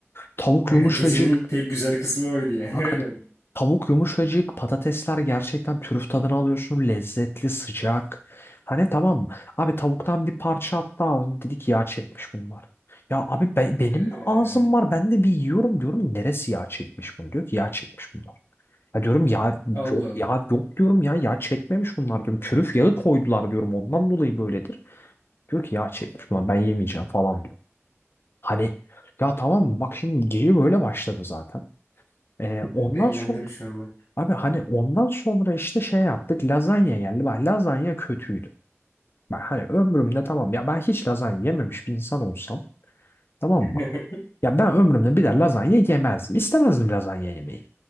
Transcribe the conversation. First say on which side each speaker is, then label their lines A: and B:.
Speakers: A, on the left; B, on the left.
A: Tavuk
B: <laughs>
A: yumuşacık
B: Gecenin tek güzel kısmı oydu yani
A: Bak
B: öyle
A: hani
B: mi?
A: tavuk yumuşacık, patatesler gerçekten trüf tadını alıyorsun. Lezzetli, sıcak. Hani tamam abi tavuktan bir parça attı ağzım. Dedik yağ çekmiş bunlar. Ya abi be- benim
B: Ee,
A: de ağzım var. Ben de bir yiyorum diyorum. Neresi yağ çekmiş bunu? Diyor ki yağ çekmiş bunlar. Ya diyorum ya
B: Allah
A: yok
B: Allah.
A: ya yok diyorum ya yağ çekmemiş bunlar diyorum. Trüf yağı koydular diyorum ondan dolayı böyledir. Diyor ki yağ çekmiş bunlar ben yemeyeceğim falan diyor. Hani ya tamam bak şimdi geyiği böyle başladı zaten. Ee,
B: <laughs>
A: ondan
B: Dellendim
A: sonra
B: şu an bak.
A: Abi hani ondan sonra işte şey yaptık lazanya geldi. Bak lazanya kötüydü. Ben hani ömrümde tamam ya ben hiç lazanya yememiş bir insan olsam tamam
B: <laughs>
A: mı? Ya ben ömrümde bir de lazanya yemezdim. İstemezdim lazanya yemeyi.